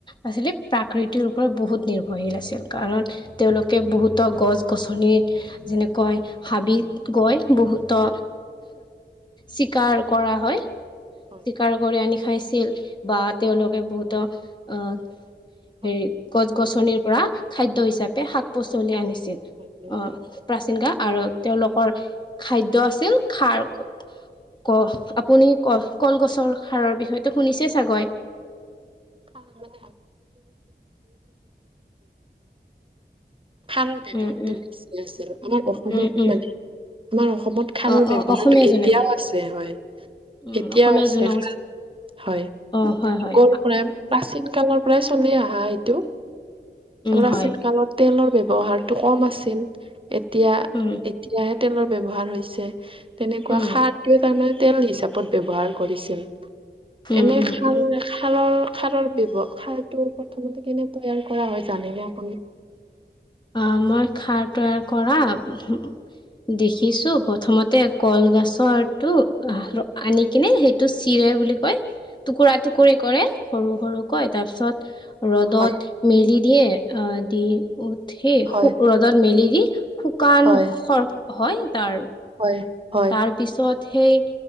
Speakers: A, on the left; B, on the right.
A: আচিলি প্ৰাকৃতিৰ ওপৰত বহুত নিৰ্ভৰশীল আছিল। কাৰণ, তেওঁলোকে বহুতো গছ গছনি যেনেকৈ হাবিত গৈ বহুতো চিকাৰ কৰা হয়।
B: হয়,
A: চিকাৰ
B: হয়,
A: কৰি আনি খাইছিল বা
B: হয়,
A: তেওঁলোকে বহুতো আহ
B: হয়।
A: হেৰি গছ-গছনিৰ পৰা খাদ্য হিচাপে শাক পাচলি
B: অ',
A: আনিছিল।
B: হয়, হয়,
A: অ'
B: হয়।
A: প্ৰাচীন গা‌ আৰু তেওঁলোকৰ খাদ্য আছিল। খাৰ ক, ক
B: হয়,
A: আপুনি কহ কলগছৰ সাৰৰ বিষয়টো শুনিছে চাগৈ?
B: ব <unintelligible> সাৰৰ ব্যৱহাৰতো
A: উম উম
B: বেছি আছিল আমাৰ অসমত
A: উম উম
B: মানে। আমাৰ অসমত খাৰৰ
A: অ
B: ব্যৱহাৰটো
A: অ অসমীয়া
B: এতিয়াও
A: জনে
B: আছে হয়।
A: উম
B: এতিয়াও
A: অসমীয়া
B: আছে
A: জনগোষ্ঠী
B: হয়
A: অ হয় হয়
B: আগৰ পৰাই প্ৰাচীন কালৰ পৰাই চলি আহা এইটো
A: উম
B: প্ৰাচীন
A: হয়
B: কালতে তেলৰ ব্যৱহাৰতো কম আছিল। এতিয়া
A: উম
B: এতিয়াহে তেলৰ ব্যৱহাৰ হৈছে তেনেকুৱা
A: উম
B: সাৰটোৱে তাৰমানে তেল হিচাপত ব্যবহাৰ কৰিছিল।
A: উম
B: এনে
A: উম
B: খাল
A: উম
B: এ খালৰ খাৰৰ ব্যৱহাৰ খাৰটো প্ৰথমতে কেনে তৈয়াৰ কৰা হয় জাননে আপুনি?
A: আহ মই খাৰ তৈয়াৰ কৰা দেখিছো প্ৰথমতে কলগছৰ টো আনি কিনে সেইটো চিৰা- বুলি কয় টুকুৰা টুকুৰি কৰে। সৰু সৰু কয় তাৰ পিছত ৰ'দত
B: হয়
A: মেলি দিয়ে আহ দি উ সেই
B: হয়
A: শু ৰ'দত মেলি দি শুকানৰ
B: হয়
A: হয়। তাৰ
B: হয় হয়
A: তাৰ পিছত সেই